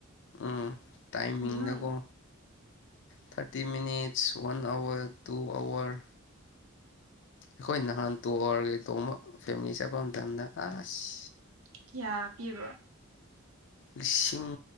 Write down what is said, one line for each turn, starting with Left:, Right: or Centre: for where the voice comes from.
Left: ꯎꯝ ꯇꯥꯏꯃꯤꯡꯗꯀꯣ
Right: ꯎꯝ
Left: thirty minutes one hour two hour ꯑꯩꯈꯣꯏ ꯅꯍꯥꯟ ꯇꯨꯔꯑꯋꯥꯔꯒꯥ ꯇꯣꯡꯕ ꯐꯦꯃꯤꯂꯤ ꯆꯠꯄ ꯃꯇꯝꯗ ꯑꯁ
Right: ꯀꯌꯥ ꯄꯤꯕ꯭ꯔꯣ
Left: ꯂꯤꯁꯤꯡ